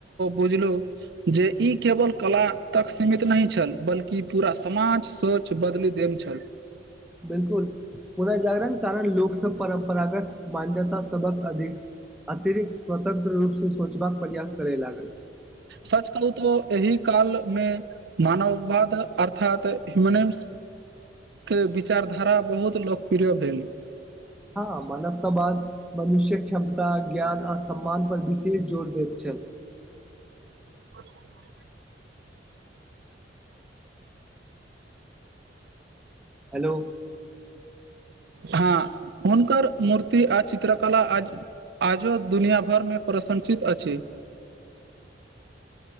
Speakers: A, on the right; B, in the centre.
A: बुझलु जे ई केवल कला तक सीमित नहि छल बल्कि पूरा समाज सोच बदलि देने छल
B: बिल्कुल पुनर्जागरण कारण लोक सब परम्परागत मान्यता सबक अधिक अतिरिक्त स्वतंत्र रूप से सोचबाक प्रयास करे लागल
A: सच कहू तऽ एहि कालमें मानववाद अर्थात ह्यमनम्स के विचारधारा बहुत लोकप्रिय भेल
B: हँ मानवताबाद मनुष्यक क्षमता ज्ञान आ सम्मान पर विशेष जोर देैत छल
A: अचा
B: हेलो
A: हँ हुनकर मूर्ति आ चित्रकला आ आजो दुनिया भर में प्रशंसित अछि